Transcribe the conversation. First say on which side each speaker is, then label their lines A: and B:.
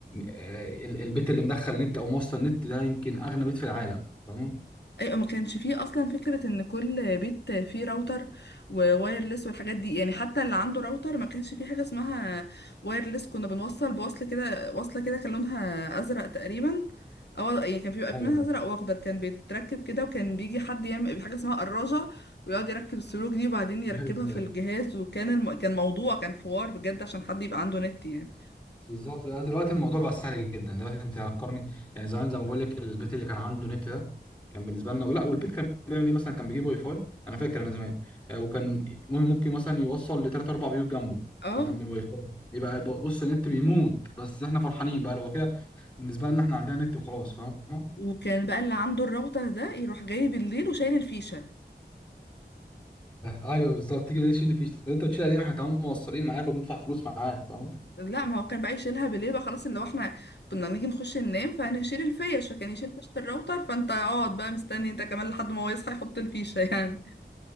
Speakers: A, on the left; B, on the left.
A: آه، ال- البيت اللي مدخل نت أو موصل نت ده يمكن أغنى بيت في العالم فاهم؟
B: ايوه ما كانش فيه اصلا فكره ان كل بيت فيه راوتر ووايرلس والحاجات دي يعني حتى اللي عنده راوتر ما كانش فيه حاجه اسمها وايرلس كنا بنوصل بوصل كده وصله كده كان لونها ازرق تقريبا او يعني كان بيبقى منها
A: ايوه
B: ازرق واخضر كان بيتركب كده وكان بيجي حد يعمل حاجه اسمها قراجه ويقعد يركب السلوك دي وبعدين يركبها
A: أيوة.
B: في الجهاز وكان الم... كان موضوع كان حوار بجد عشان حد يبقى عنده نت يعني
A: بالظبط لا، دلوقتي الموضوع بقى سهل جدا دلوقتي انت هتقارني يعني زمان زي ما بقول لك البيت اللي كان عنده نت ده كان بالنسبه لنا لا والبيت كان بيعمل ايه مثلا كان بيجيب واي فاي انا فاكر انا زمان آه، وكان مهم ممكن مثلا يوصل لثلاث اربع بيوت جنبه
B: اه
A: فاهم من الواي فاي يبقى بص النت بيموت بس احنا فرحانين بقى لو كده بالنسبه لنا احنا عندنا نت وخلاص فاهم
B: وكان
A: <laughs>
B: بقى اللي عنده الراوتر ده يروح جاي بالليل وشايل الفيشه
A: ايوه بالظبط تيجي تشيل اللي فيه طب انت بتشيل ليه ما احنا كمان موصلين معاك وبندفع فلوس معاك فاهم
B: لا ما هو كان بقى يشيلها بالليل بقى خلاص اللي هو احنا كنا نيجي نخش ننام فانا اشيل الفيش فكان يشيل فيشه الراوتر فانت اقعد بقى مستني انت كمان لحد ما هو يصحى يحط الفيشه <laughs> يعني